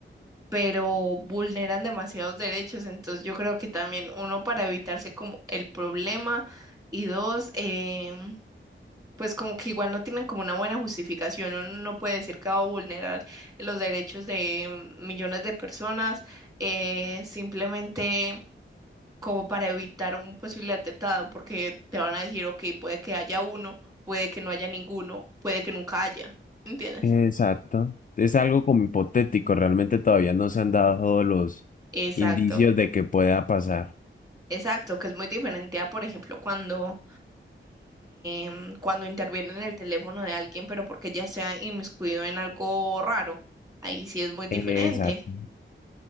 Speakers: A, on the right; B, on the left.
A: pero vulneran demasiados derechos. Entonces, yo creo que también uno para evitarse como el problema y dos, em, pues como que igual no tienen como una buena justificación. Uno no puede decir que va a vulnerar los derechos de millones de personas eh, simplemente como para evitar un posible atentado, porque te van a decir, ok, puede que haya uno, puede que no haya ninguno, puede que nunca haya, ¿entiendes?
B: Exacto. Es algo como hipotético. Realmente todavía no se han dado todos los
A: Exacto.
B: indicios de que pueda pasar.
A: Exacto, que es muy diferente a, por ejemplo, cuando, em, cuando intervienen en el teléfono de alguien, pero porque ya se ha inmiscuido en algo raro. Ahí sí es muy diferente,
B: Exacto.